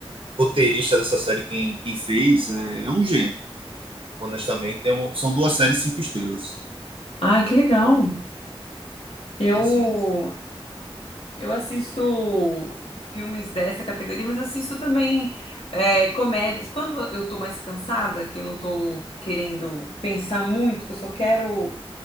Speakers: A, on the right (about 60°); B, on the left (about 75°).
A: roteirista dessa série, quem, quem fez, é, é um gênio. Honestamente, é um- são duas séries cinco estrelas.
B: Ah, que legal. Eu
A: Sim, sim.
B: Eu assisto filmes dessa categoria, mas assisto também é, comédias. Quando eu tô mais cansada, que eu não tô querendo pensar muito, que eu só quero